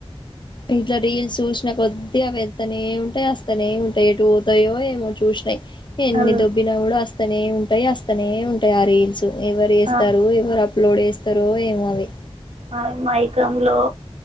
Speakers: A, on the left; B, on the right.
A: ఇట్లా రీల్స్ చూసినా కొద్ది అవి వెళ్తానే ఉంటాయి, అస్తనే ఉంటాయి, ఎటు పోతాయో ఏమో చూసినకొద్ది. ఎన్ని
B: అన్-
A: దొబ్బినా కూడా, అస్తనే ఉంటాయి అస్తనే ఉంటాయి ఆ రీల్స్. ఎవరు చేస్తారో
B: ఆ-
A: ఎవరు అప్లోడ్ చేస్తారో ఏమో మరి అవి
B: అ మైకమ్ లో